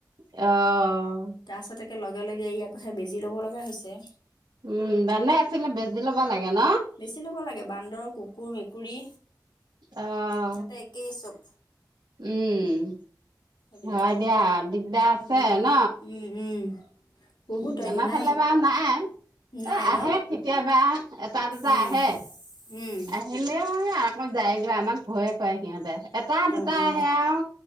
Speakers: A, on the right (about 80°); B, on the left (about 85°).
A: অ
B: তাৰপাছতকে লগ লগে লগে ইয়াৰ কথা বেজি ল'ব লগা হৈছে
A: উম দানে আছিলে বেজি লবা লাগে ন
B: বেছি ল'ব লাগে বান্দৰ কুকুৰ মেকুৰী
A: অঁ
B: সিহঁতে একেই চব
A: উম
B: সেইবিলাক
A: হয় দিয়া দিগদাৰ আছে
B: উম,
A: ন
B: উম, উম। বহুত
A: উ
B: অন্যায়
A: আমাৰ ফালে বাৰ নাই
B: নাই
A: এ আহে
B: ন?
A: কেতিয়াবা এটা দুটা
B: উম,
A: আহে
B: উম,
A: আহিলেও আহে মই যায়গৈ আমাক ভয়ে কৰে সিহঁতে এটা দুটা
B: অ অ
A: আহে আৰু